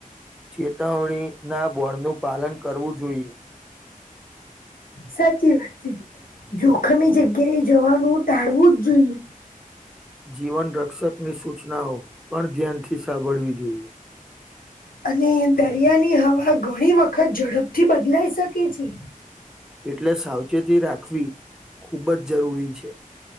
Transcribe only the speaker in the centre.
ચેતવણીના બળનું પાલન કરવું જોઈએ
જીવનરક્ષકની સૂચનાઓ પણ ધ્યાનથી સાંભળવી જોઈએ
એટલે સાવચેતી રાખવી ખૂબ જ જરૂરી છે.